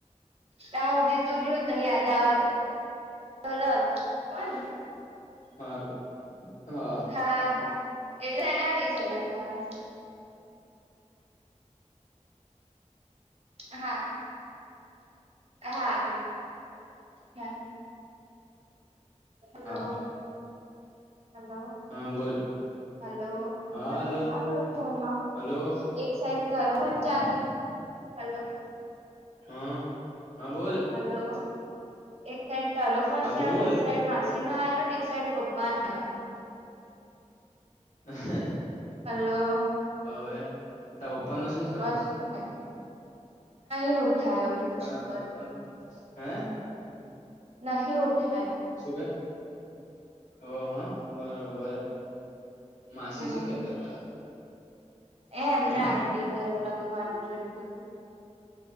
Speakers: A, on the right; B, on the left.
A: ત્યા હું ત તું જોય ત યાદ આવે તોલગ હો ને.
B: હારુ હા
A: હા હા એટલે એને આવી છે લખવાનું હા હા હા. હલો
B: હા
A: હલો.
B: હા બોલ
A: હલો
B: હાલો
A: મારા પપ્પા નો ફોન આવતો
B: હલો
A: હતો. એક સાઈડ કરાલો ચાલુ હલો.
B: હા હા બોલ.
A: હલો એક સાઈડ તારો ફોન
B: હા
A: ચાલુ
B: બોલ
A: એક સાઈડ મા સી નો આવયો ને એક સાઈડ પપ્પાનો આવ્યો.
B: હ હ.
A: હલો.
B: હવે. તા પપ્પા ન શું થયું
A: અસ <unintelligible> નહી ઉઠાયો બીજું
B: પપ્પાનું
A: શું કરું
B: પપ્પાનું હે
A: નહી ઉઠાયો
B: શું ક હો હા બરોબર માસી
A: હમ
B: શું કેતા હતા.
A: એ એમને
B: હે
A: આર્ટિકલ લખવાનું જોયતું તું.